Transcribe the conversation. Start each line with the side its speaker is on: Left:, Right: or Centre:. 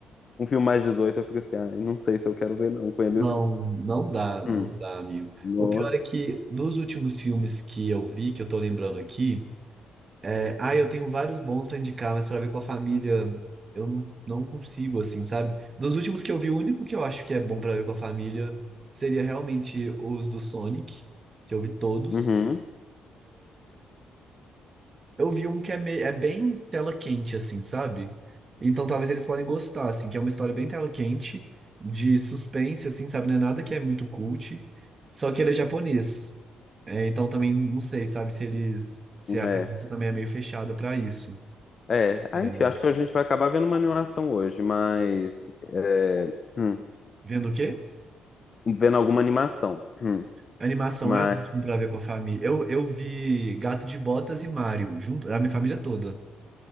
Left: um filme mais 18 eu fico assim, ai, não sei se eu quero ver, não, com eles
Right: Não,
Left: não.
Right: não dá, não
Left: Hum.
Right: dá, amigo.
Left: Nossa.
Right: O pior é que dos últimos filmes que eu vi, que eu tô lembrando aqui. É, ah, eu tenho vários bons pra indicar, mas pra ver com a família eu não, não consigo, assim, sabe? Dos últimos que eu vi, o único que eu acho que é bom pra ver com a família seria realmente os do Sonic, que eu vi todos.
Left: Uhum.
Right: Eu vi um que é, meio, é bem tela quente, assim, sabe? Então talvez eles podem gostar, assim, que é uma história bem tela quente, de suspense, assim, sabe? Não é nada que é muito cult, só que ele é japonês. É, então também não sei, sabe, se eles, se a
Left: É.
Right: cabeça também é meio fechada pra isso.
Left: É, ah,
Right: É,
Left: enfim, acho que a gente vai acabar vendo uma animação hoje, mas. é, hum,
Right: vendo o quê?
Left: vendo alguma animação. Hum,
Right: Animação
Left: mas.
Right: é ótimo pra ver com a família. Eu, eu vi Gato de Botas e Mario, junto, a minha família toda,